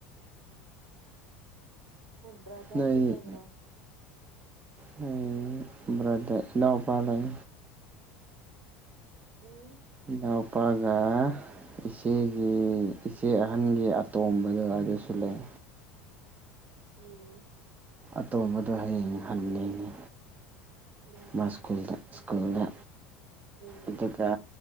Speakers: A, on the right; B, on the right.
A: ꯕ꯭ꯔꯗꯔꯗꯤ
B: ꯅꯣꯏ
A: ꯂꯩꯕ꯭ꯔꯣ
B: ꯅꯣꯏ ꯕ꯭ꯔꯗꯔ ꯏꯅꯥꯎ ꯄꯥ ꯂꯩ
A: ꯎꯝ
B: ꯏꯅꯥꯎꯄꯥꯒ ꯏꯆꯦꯒꯤ ꯏꯆꯦ ꯑꯍꯟꯒꯤ ꯑꯇꯣꯝꯕꯗ ꯑꯗꯨꯁꯨ ꯂꯩ
A: ꯎꯝ
B: ꯑꯇꯣꯝꯕꯗꯣ ꯍꯌꯦꯡ ꯍꯟꯅꯤꯡꯉꯤ
A: ꯎꯝ
B: ꯃꯥ ꯁ꯭ꯀꯨꯜꯗ ꯁ꯭ꯀꯨꯜꯗ
A: ꯎꯝ
B: ꯑꯗꯨꯒ